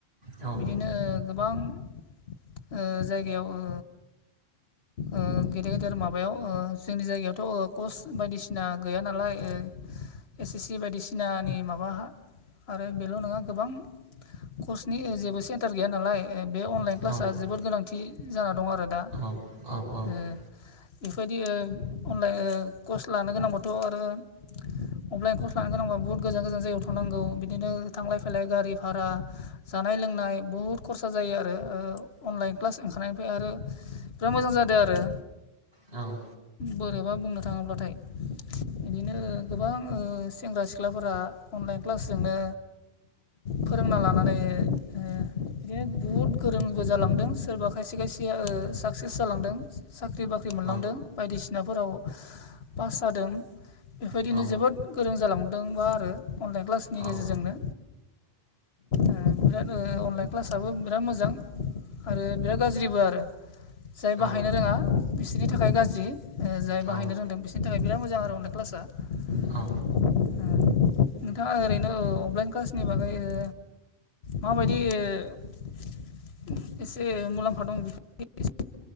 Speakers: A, on the right (about 80°); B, on the left (about 85°).
A: औ
B: नो
A: औ
B: गोबां ओ जायगायाव ओ ओ गेदेर गेदेर माबायाव ओ जोंनि जायगायावथ' ओ कज बायदिसिना गैया नालाय ओ एस, एस सि बायदिसिनानि माबा आरो बेल' नङा गोबां कजनि ओ जेबो सेन्टार गैया नालाय ओ बे अनलाइन
A: औ
B: क्लास जोबोद गोनांथि जाना दं आरो। दा
A: औ औ
B: ओ
A: औ
B: बेफोरबायदि ओ अनलाइन ओ कस लानो गोनांबाथ' आरो अफलाइन कर्स लानो गोनांबा बुहुद गोजान गोजान जायगायाव थांनांगौ। बिदिनो थांलाय फैलाय गारि फारा जानाय लोंनाय बुहुद खरसा जायो आरो। ओ अनलाइन क्लास ओंखारनाय फाय आरो बिराद मोजां जादो‌ आरो।
A: औ
B: बोरैबा बुंनो थाङोब्लाथाय। इदि इदिनो गोबां ओ सेंग्रा सिख्लाफोरा अनलाइन क्लासजोंनो फोरोंना लानानै ओ बिदिनो बुहुद गोरोंबो जालांदों सोरबा खायसे खायसेया ओ साकसेस जालांदों साख्रि बाख ख्रि मोनलांदों
A: औ
B: बायदिसिनाफोराव पास जादों। बेफोर बायदिनो
A: औ औ
B: जोबोद गोरों जालांदोंबो आरो। अनलाइन क्लासनि
A: औ
B: गेजेरजोंनो ओ बिराद ओ अनलाइन क्लासआबो बिराद मोजां आरो बिराद गाज्रिबो आरो। जाय
A: औ
B: बाहायनो रोङा बिसोरनि थाखाय गाज्रि ओ जाय
A: औ
B: बाहायनो
A: औ
B: रोंदों बिस सोरनि थाखाय बिराद मजां आरो अलायन क्लास दा
A: औ
B: ओ नोंथाङा ओरैनोऔ अबलाइन क्लासनि बागै ओ माबायदि ओ एसे मुलामफा दं बेफोरनि बागै एसे